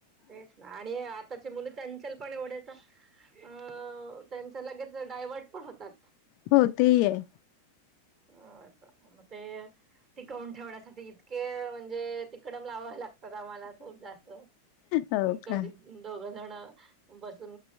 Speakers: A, on the right; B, on the left.
A: तेच ना. आणि- आत्ताचे मुलं चंचल पण एवढे ए का, अ- त्यांच्या लगेच डायवर्ट पण होतात.
B: हो तेही आहे.
A: अं. अस. म ते - टिकवून ठेवण्यासाठी इतके म्हणजे तिकडम लावाव लागत. मला खूप जास्त.
B: हो
A: कधी-
B: का
A: दोघ जण बसून